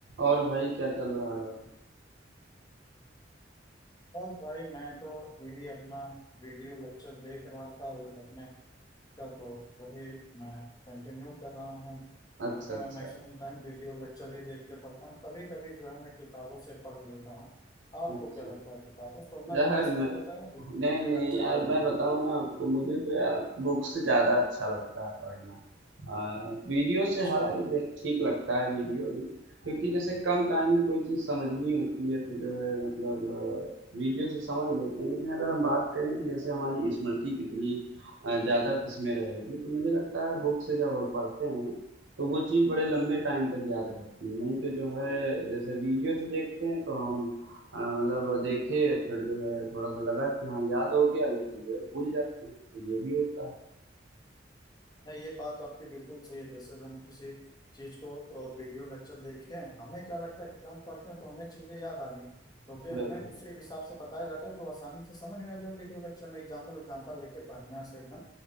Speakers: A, on the right; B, on the left.
A: और भाई क्या चल रहा है?
B: बस भाई मैं तो यही अपना वीडियो लेक्चर देख रहा था ये तकनीक का तो वही मैं कंटिन्यू कर रहा हूँ क्योंकि
A: अच्छा, अच्छा।
B: मैं मैक्सिमम टाइम वीडियो लेक्चर ही देख के पढ़ता हूँ कभी कभी जो है मैं किताबों से पढ़ लेता हूँ आपको
A: अच्छा।
B: क्या लगता है किताबों से पढ़ना
A: यह
B: ज़्यादा
A: है मैं
B: सही रहता है या वीडियो
A: नहीं नहीं
B: लेक्चर
A: यार
B: देखना
A: मैं बताऊँ ना आपको मुझे तो यार बुक से ज़्यादा अच्छा लगता है पढ़ना आ, वीडियो से
B: अच्छा
A: हालांकि देख ठीक लगता है वीडियो भी क्योंकि जैसे कम टाइम में कोई चीज़ समझनी होती है तो जो है मतलब आ, वीडियो से समझ लेते हैं लेकिन अगर हम बात करें कि जैसे हमारी स्मृति कितनी आ, ज़्यादा किसमें रहेगी तो मुझे लगता है बुक से जब हम पढ़ते हैं तो वो चीज़ बड़े लंबे टाइम तक याद रहती है नहीं तो जो है जैसे वीडियो से देखते हैं तो हम हाँ, मतलब देखे फिर जो है थोड़ा सा लगा कि हाँ याद हो गया लेकिन जो है भूल जाते हैं तो ये भी होता है
B: नहीं ये बात तो आपकी बिल्कुल सही है जैसे हम किसी चीज को अ, वीडियो लेक्चर देखे हैं हमें क्या लगता है कि जब हम पढ़ते हैं तो हमें चीजें याद आ गई क्योंकि हमें
A: बिल्कुल
B: उसी हिसाब से बताया जाता है जो आसानी से समझ में आ जाए वीडियो लेक्चर में एग्जाम्पल एग्जाम्पल लेके पढ़ना से एकदम